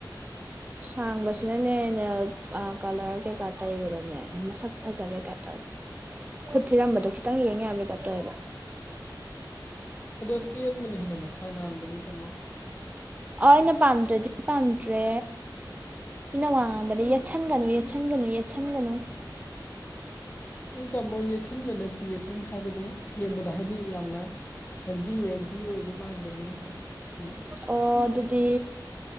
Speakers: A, on the right (about 20°); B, on the left (about 20°).
A: ꯁꯥꯡꯕꯁꯤꯅꯅꯦꯅꯦ ꯀꯂꯔ ꯀꯩꯀꯥ ꯇꯩꯕꯗꯅꯦ ꯃꯁꯛ ꯐꯖꯕꯩ ꯇꯥꯏꯞꯇ ꯈꯨꯠ ꯊꯤꯔꯝꯕꯗꯣ ꯈꯤꯇꯪ ꯌꯦꯡꯉꯦ ꯌꯥꯕ ꯗꯥꯛꯇꯔꯒ
B: ꯑꯗꯣ ꯇꯦꯟꯕꯅ ꯍꯦꯟꯅ ꯃꯁꯥ ꯅꯥꯟꯕꯅꯤ ꯇꯥꯝꯃꯣ
A: ꯑꯩꯅ ꯄꯥꯝꯗ꯭ꯔꯗꯤ ꯄꯥꯝꯗ꯭ꯔꯦ ꯃꯤꯅ ꯋꯥꯡ ꯉꯥꯡꯝꯕꯗ
B: ꯎꯝ
A: ꯌꯦꯠꯁꯟꯒꯅꯨ ꯌꯦꯠꯁꯟꯒꯅꯨ ꯌꯦꯠꯁꯟꯒꯅꯨ
B: ꯎꯝ ꯇꯥꯃꯣ ꯌꯦꯁꯤꯟꯕ ꯅꯠꯇꯦꯌꯦꯁꯨꯝ ꯍꯥꯏꯕꯅꯤ ꯌꯦꯡꯕꯗ ꯍꯥꯏꯗꯤ ꯌꯥꯝ ꯌꯥꯝꯅ ꯍꯦꯜꯗꯤ ꯋꯦꯜꯗꯤ ꯑꯣꯏꯕ ꯃꯥꯟꯕꯅꯤ ꯇꯥꯃꯣ
A: ꯑꯣ ꯑꯗꯨꯗꯤ